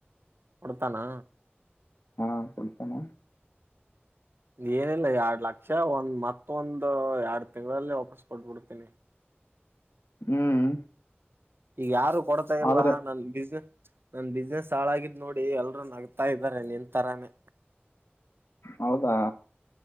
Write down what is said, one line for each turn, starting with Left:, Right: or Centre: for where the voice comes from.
Right: ಕೊಡ್ತನಾ
Left: ಹಾ ಕೊಡ್ತನೆ
Right: ಏನ್ ಇಲ್ಲ ಎರಡ್ ಲಕ್ಷ ಒಂದ್ ಮತ್ತೊಂದ್ ಆ ಯಾರ್ಡ್ ತಿಂಗಳಲ್ಲಿ ವಾಪಸ್ ಕೊಟ್ಬುಡ್ತಿನಿ.
Left: ಹ್ಮ್
Right: ಈಗ್ ಯಾರು ಕೊಡ್ತಾ ಇಲ್ಲ
Left: ಆದ್ರೆ
Right: ನನ್ ಬಿಸ್ನ ನನ್ ಬಿಸ್ನೆಸ್ ಹಾಳಾಗಿದ್ ನೋಡಿ ಎಲ್ರೂ ನಗ್ತಾ ಇದರೆ ನಿನ್ ತರಾನೇ.
Left: ಹೌದಾ.